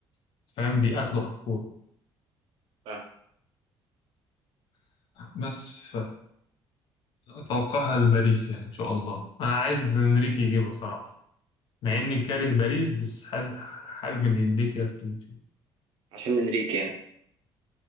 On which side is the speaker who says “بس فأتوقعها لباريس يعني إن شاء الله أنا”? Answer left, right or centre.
Left